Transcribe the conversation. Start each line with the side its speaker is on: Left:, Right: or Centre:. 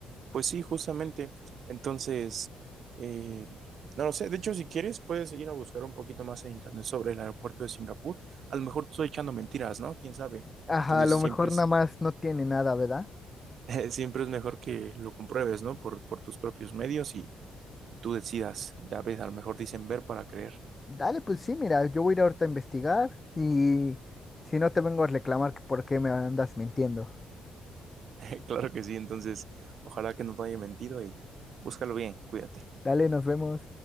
Right: pues sí, justamente. Entonces, eh, no lo sé, de hecho, si quieres, puedes ir a buscar un poquito más en internet sobre el aeropuerto de Singapur. A lo mejor te estoy echando mentiras, ¿no? ¿Quién sabe?
Left: Ajá,
Right: Entonces,
Left: a lo
Right: siempre
Left: mejor
Right: es,
Left: nada más no tiene nada, ¿verdad?
Right: <laughs> siempre es mejor que lo compruebes, ¿no? Por, por tus propios medios y tú decidas. Ya ves, a lo mejor dicen ver para creer.
Left: Dale, pues sí, mira, yo voy a ir ahorita a investigar y si no te vengo a reclamar que por qué me andas mintiendo.
Right: <laughs> Claro que sí, entonces ojalá que no te haya mentido y búscalo bien, cuídate.
Left: Dale, nos vemos.